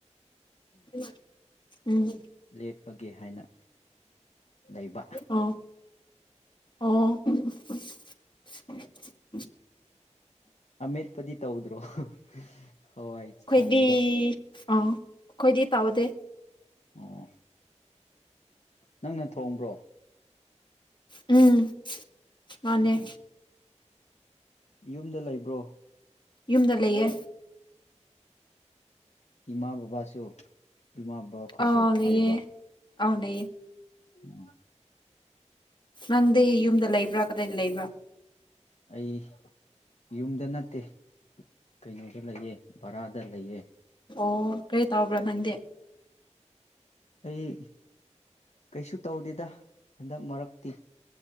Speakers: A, on the left; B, on the left.
A: <unintelligible> ꯎꯝ
B: ꯂꯦꯞꯄꯒꯦ ꯍꯥꯏꯅ ꯂꯩꯕ
A: ꯑꯣ ꯑꯣ <unintelligible>
B: ꯑꯃꯦꯠꯄꯗꯤ ꯇꯧꯗ꯭ꯔꯣ <unintelligible> ꯍꯋꯥꯏ ꯊꯣꯡꯕꯗꯣ
A: ꯑꯩꯈꯣꯏꯗꯤ ꯑꯥ ꯑꯩꯈꯣꯏꯗꯤ ꯇꯧꯗꯦ
B: ꯑꯣ ꯅꯪꯅ ꯊꯣꯡꯕ꯭ꯔꯣ
A: ꯎꯝ ꯃꯥꯅꯦ
B: ꯑꯣ ꯌꯨꯝꯗ ꯂꯩꯕ꯭ꯔꯣ
A: ꯌꯨꯝꯗ ꯂꯩꯌꯦ
B: ꯏꯃꯥ ꯕꯥꯕꯥꯁꯨ ꯏꯃꯥ ꯕꯥꯕꯥ ꯈꯣꯏꯁꯨ
A: ꯑꯥ ꯂꯩꯌꯦ
B: ꯂꯩꯕ꯭ꯔꯣ
A: ꯑꯥ ꯂꯩꯌꯦ
B: ꯎꯝ
A: ꯅꯪꯗꯤ ꯌꯨꯝꯗ ꯂꯩꯕ꯭ꯔꯥ ꯀꯗꯥꯏꯗ ꯂꯩꯕ꯭ꯔꯥ
B: ꯑꯩ ꯌꯨꯝꯗ ꯅꯠꯇꯦ ꯀꯩꯅꯣꯗ ꯂꯩꯌꯦ ꯕꯔꯥꯗ ꯂꯩꯌꯦ
A: ꯑꯣ ꯀꯔꯤ ꯇꯧꯕ꯭ꯔꯥ ꯅꯪꯗꯤ
B: ꯑꯩ ꯀꯩꯁꯨ ꯇꯧꯗꯦꯗ ꯍꯟꯗꯛ ꯃꯔꯛꯇꯤ